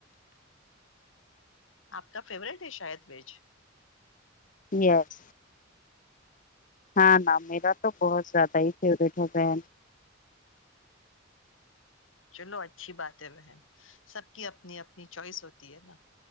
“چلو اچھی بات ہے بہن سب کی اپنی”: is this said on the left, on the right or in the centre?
Left